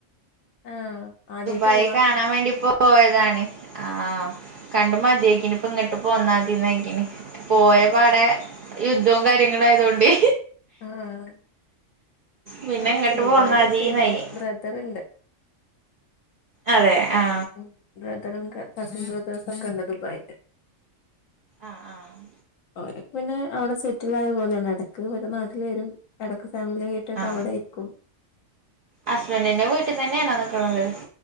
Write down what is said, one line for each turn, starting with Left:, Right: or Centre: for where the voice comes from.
Left: ആഹ് ആദ്യായിട്ട്
Right: ദുബായ്
Left: പോവാ
Right: കാണാൻ വേണ്ടി പോയതാണ് ആഹ് കണ്ട് മതെയ്ക്ണ്പ്പങ്ങ്ട്ട് പോന്നാതീനായ്ക്ക്ണ് പോയ പാടെ യുദ്ധവും കാര്യങ്ങളും ആയതോണ്ടെ
Left: ആഹ്
Right: പിന്നെ
Left: അതെന്നെ
Right: ഇങ്ങട്ട്
Left: ദുബായ്ല്ണ്ട്ൻ്റെ
Right: പോന്നാതീന്നായി
Left: ബ്രദറ്ണ്ട്
Right: അതെ അഹ്
Left: ഉം ബ്രദറും ക കസിൻ ബ്രദേഴ്സൊക്കെണ്ട് ദുബായ്ല്
Right: ആഹ് ആഹ്
Left: ഓലാെക് പിന്നേ അവ്ടെ സെറ്റ്ലായ പോലേണ് എടക്ക് വരും നാട്ട്ല് വെരും എടക്ക് ഫാമിലി ആയിട്ടൊക്കെ
Right: ആ
Left: അവിടെ ഇരിക്കും
Right: ഹസ്ബന്റിന്റെ വീട്ട്തന്നെണോ നിക്ക്ണത്